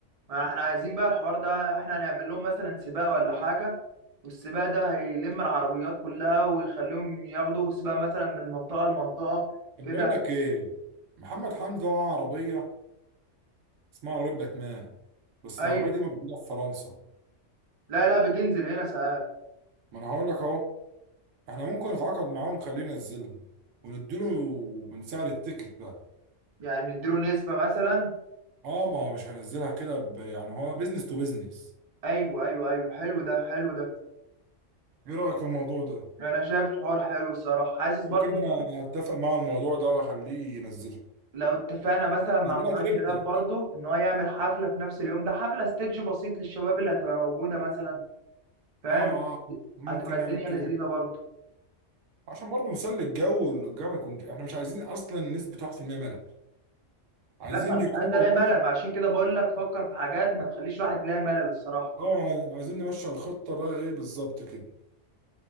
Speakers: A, on the right (about 40°); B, on the right (about 75°).
A: ما احنا عايزين بقى الحوار ده احنا هنعمل لهم مثلا سباق ولا حاجة والسباق ده هيلم العربيات كلها ويخليهم ياخدوا سباق مثلا من منطقة لمنطقة
B: طب
A: كده
B: بقول لك ايه محمد حمدي ده معاه عربيه اسمها عربيه باتمان بس
A: ايوه
B: العربيه دي موجوده في فرنسا
A: لا لا بتنزل هنا ساعات
B: ما انا هقول لك اهو احنا ممكن نتعاقد معاه ونخليه ينزلها ونديله من سعر التيكت بقى
A: يعني اديله نسبة مثلا
B: اه ما هو مش هينزلها كده ب- يعني هو بيزنس تو بيزنس
A: ايوه ايوه ايوه حلو ده حلو ده
B: ايه رايك في الموضوع ده
A: انا شايف الحوار حلو الصراحة حاسس برضه
B: كده
A: إن
B: انا اتفق مع الموضوع ده واخليه ينزلها
A: لو اتفقنا مثلا مع
B: نزلها
A: مغني
B: تريبتك
A: راب برضه ان هو يعمل حفلة في نفس اليوم ده حفلة ستيدج بسيط للشباب اللي هتبقى موجودة مثلا فاهم
B: اه اه ممكن
A: هتبقى
B: نعمل
A: الدنيا
B: كده
A: لذيذة برضه
B: عشان برضه نسلي الجو والجو ما يكونش احنا مش عايزين اصلا نسبة 1% ملل عايزين
A: لا ما
B: اللي
A: انا مش
B: يكون
A: عايز
B: موجود
A: الاقي ملل ما عشان كده بقول لك فكر في حاجات ما تخليش الواحد يلاقي ملل الصراحه
B: اه عايزين نمشي الخطة بقى ايه بالظبط كده